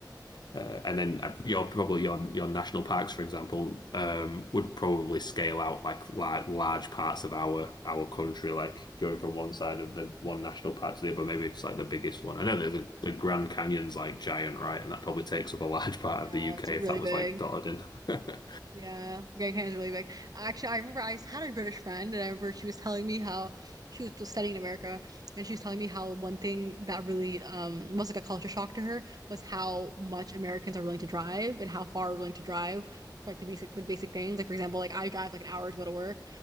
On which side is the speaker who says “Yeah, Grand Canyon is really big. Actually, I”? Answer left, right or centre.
Right